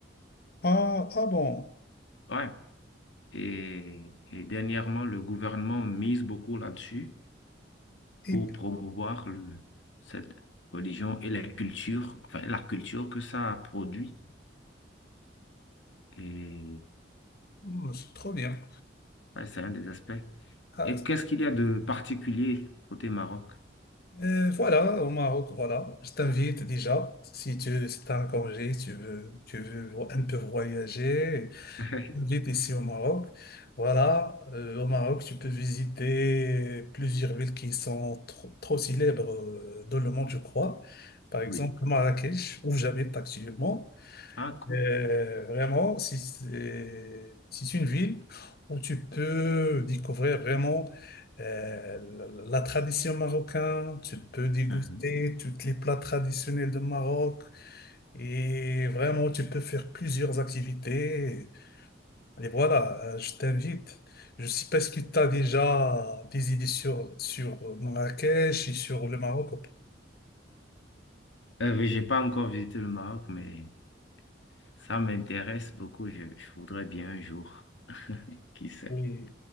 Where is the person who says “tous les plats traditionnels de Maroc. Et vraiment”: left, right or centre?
Left